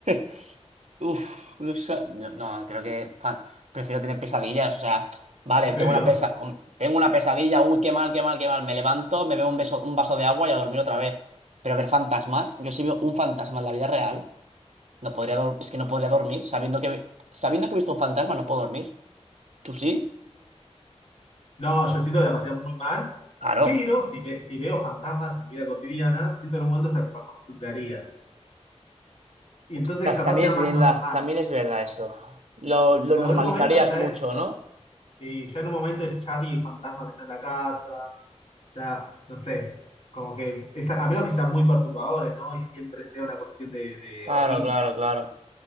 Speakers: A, on the right; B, on the left.
A: <laughs> Uf, no, sa- no, no, creo que fa- prefiero tener pesadillas. O sea, vale,
B: ¿En serio?
A: tengo una pesa, hom- tengo una pesadilla, uy, qué mal, qué mal, qué mal. Me levanto, me bebo un beso, un vaso de agua y a dormir otra vez. Pero ver fantasmas, yo si veo un fantasma en la vida real, no podría dor- es que no podría dormir, sabiendo que sabiendo que he visto un fantasma, no puedo dormir. ¿Tú sí?
B: No, yo siento que la pasé muy mal,
A: Claro.
B: pero si, ve- si veo fantasmas en mi vida cotidiana, siento en un momento se me acostumbraría. Y entonces
A: Ostras,
B: capaz
A: También
B: sea
A: es
B: más
A: verdad,
B: normal.
A: también es verdad eso. Lo, lo
B: Como
A: normalizarías
B: en un momento ya
A: mucho,
B: es,
A: ¿no?
B: sí, ya en un momento es Charlie el fantasma que está en la casa, ya, no sé, como que, es a a menos que sean muy perturbadores, ¿no? Y siempre sea una cuestión de, de
A: Claro,
B: horrible.
A: claro, claro.